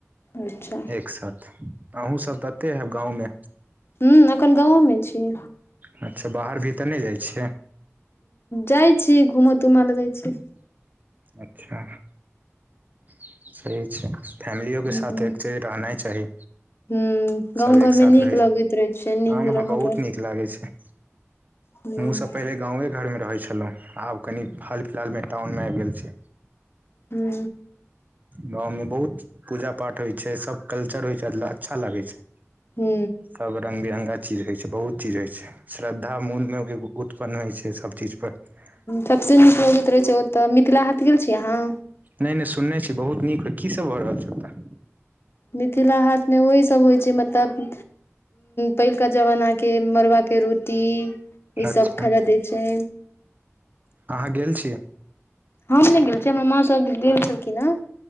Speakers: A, on the left; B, on the right.
A: अच्छा
B: एक साथ अहूँ सब तते हयब गाँव मे
A: हू एखन गाँवो मे छी
B: अच्छा बाहर भीतर नय जाइ छियै
A: जाइ छी घुम तुमाला जाइ छी
B: अच्छा सही छै फैमिलियो के
A: हूं
B: साथ एक चज रहनाइ चाही
A: हूं गाँव
B: सब
A: घरमे
B: एक सााथ
A: नीक
B: रहै
A: लगैत रहै छै नीक
B: ह
A: रहऽमे
B: ह बहुत नीक लागै छै।
A: हूं
B: हमहूँ सभ पहिले गाँवे घर मे रहैत छलहुँ आब कनि हाल फिलहाल मे टाउन मे आबि गेल छी।
A: हू।
B: गाँव मे बहुत पूजा पाठ होइत छै। सभ कल्चर होइ छै। अच्छा लागैत छै।
A: हू।
B: सब रंग बिरङ्गा चीज होइ छै। बहुत चीज होइ छै। श्रद्धा मोन मे उत्पन्न होइ छै। सभचीज परर
A: सभसँ नीक लोक गीत रहैत छै। ओ तऽ मिथिला हाथ गेल छीयै अहाँ।
B: नय नय सुनने छियै। बहुत नीक कीसभ भऽ रहल छै ओत्ता
A: मिथिला हाट मे ओहीसभ होइ छै मतलब पहिलुका जमाना के मड़आ के रोटी ईसभ
B: अच्छा
A: खाया दै छै।
B: अहाँ गेल छीै।
A: हम नय गेल छीयै। हमर माँ सभ गेल छलखिन ह